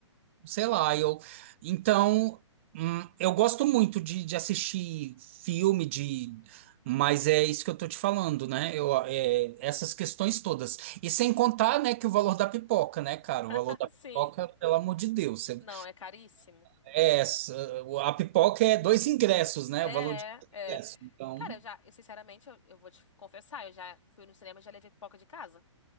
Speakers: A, on the right; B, on the left.
A: sei lá, eu. Então, hum, eu gosto muito de, de assistir filme, de. Mas é isso que eu tô te falando, né? Eu, é, essas questões todas. E sem contar, né, que o valor da pipoca, né, cara?
B: <laughs>
A: O valor da
B: sim.
A: pipoca, pelo amor de Deus. você-
B: Não, é caríssimo.
A: É, essa- a pipoca é dois ingressos, né?
B: É,
A: O valor de dois
B: é.
A: ingressos. Então.
B: Cara, eu já, eu, sinceramente, eu, eu vou te confessar, eu já fui no cinema e já levei pipoca de casa.